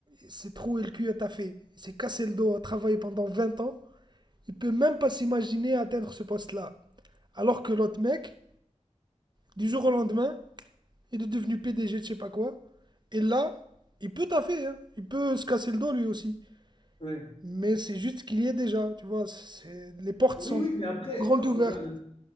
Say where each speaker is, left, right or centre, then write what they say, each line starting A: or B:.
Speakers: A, on the right (about 40°); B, on the left (about 50°).
A: s'est troué le cul à taffer, il s'est cassé le dos à travailler pendant 20 ans, il peut même pas s'imaginer atteindre ce poste-là. Alors que l'autre mec, du jour au lendemain, il est devenu PDG de je sais pas quoi, et là, il peut taffer, hein, il peut se casser le dos lui aussi.
B: Ouais.
A: Mais c'est juste ce qu'il y est déjà, tu vois, c'est- les portes
B: Oui,
A: sont
B: oui, mais après,
A: grandes
B: euh,
A: ouvertes.
B: regarde, euh,